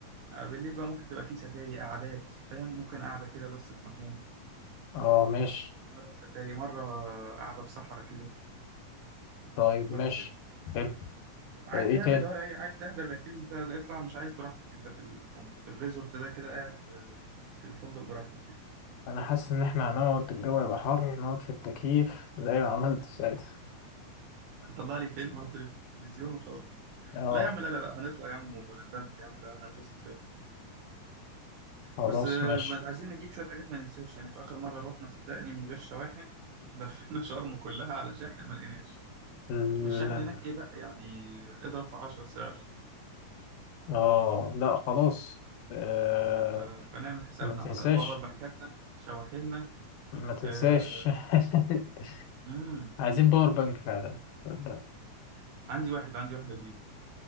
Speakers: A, on the right (about 75°); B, on the left (about 80°).
A: آه، بالليل بقى ممكن تبقى في سفاري قعدات فاهم ممكن قاعدة كده بس في مكان
B: اه ماشي
A: مرة سفاري مرة قاعدة في صحراء كده
B: طيب
A: وهكذا
B: ماشي حلو
A: عاي-
B: آه، ايه
A: فاهم
B: تاني
A: اللي هو إيه، عايز تحضر الاكتيفيتي ده اطلع مش عايز براحتك انت في ال... في الريزورت ده كده قاعد آه، في الفندق براحتك يعني.
B: انا حاسس ان احنا هنقعد الجو يبقى حر نقعد في التكييف زي ما عملت ساعتها
A: اطلع لي فيلم على التلفزيون وخلاص كده
B: اه
A: لا يا عم لا لا لا هنطلع يا عم ونندمج يا عم لا هننبسط يا عم
B: خلاص
A: بس آه،
B: ماشي
A: ما- عايزين نجيب شوية حاجات ما ننساش يعني في آخر مرة روحنا صدقني من غير شواحن لفينا <laughs> شرم كلها على شاحن ما لقيناش
B: ال-
A: والشاحن هناك إيه بقى يعني اضرب في 10 سعر
B: اه لا خلاص آه
A: ف- فنعمل حسابنا
B: ما تنساش
A: على باور بانكاتنا شواحننا
B: ما تنساش
A: آه،
B: <laughs>
A: امم
B: عايزين باور بانك فعلا تصدق.
A: عندي واحد عندي واحد أجيبه